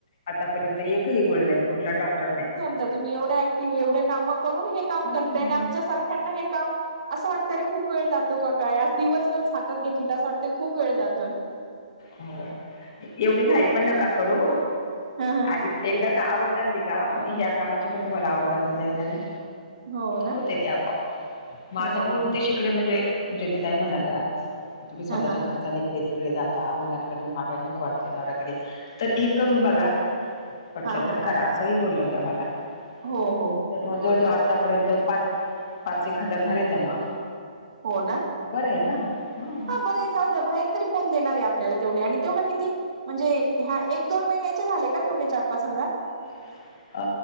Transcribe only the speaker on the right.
तुमही एवढ्या ऍक्टिव आहे, एवढ्या काम करून हे
करताय, आमच्या सारख्या ना हे काम, अस वाटते खूप वेळ जातो का काय. दिवसभर हातात घेतली तर असं वाटतय खूप वेळ जातोय.
हा हा
हो ना
हो
हो
हा हा हा
हा हा
हा
हो हो हो हो
बरोबर
हो ना
हा बरं द्या बाहेर तरी कोण देणार आहे आपल्याला तेवढे आणि तेवढा किती म्हणजे ह्या एक दोन महिन्याचे आले का तेवढे चार पाच हजार.